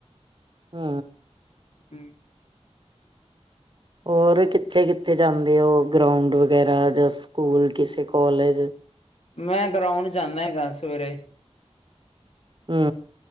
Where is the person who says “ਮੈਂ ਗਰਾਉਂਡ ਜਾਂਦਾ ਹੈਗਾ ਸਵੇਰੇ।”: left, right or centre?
Left